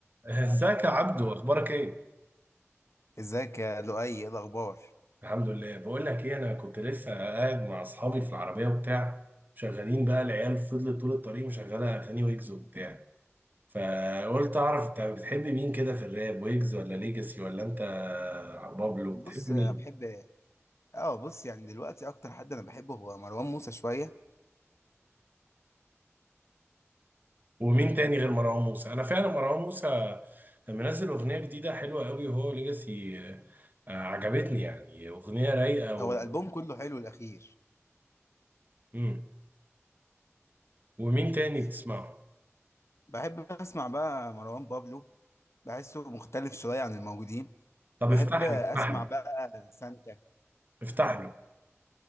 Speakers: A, on the right (about 40°); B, on the left (about 65°).
A: ازيك يا عبدو اخبارك ايه
B: ازيك يا لؤي ايه الاخبار
A: الحمد لله بقول لك ايه انا كنت لسه قاعد مع اصحابي في العربيه وبتاع شغالين بقى العيال فضلت طول الطريق مشغله اغاني ويجز وبتاع فقلت اعرف انت بتحب مين كده في الراب ويجز ولا ليجاسي ولا انت بابلو
B: بص
A: بتحب مين
B: أنا بحب اه بص يعني دلوقتي اكتر حد انا بحبه هو مروان موسى شويه
A: ومين تاني غير مروان موسى انا فعلا مروان موسى منزل اغنيه جديده حلوه قوي وهو ليجاسي آه، آه، عجبتني يعني اغنيه رايقه
B: هو
A: و...
B: الالبوم كله حلو الاخير
A: مم. ومين تاني
B: ف-
A: بتسمعه
B: بحب اسمع بقى مروان بابلو بحسه مختلف شويه عن الموجودين
A: طب
B: بحب
A: افتح
B: اسمع
A: لي افتح لي
B: بقى سانتا
A: افتح له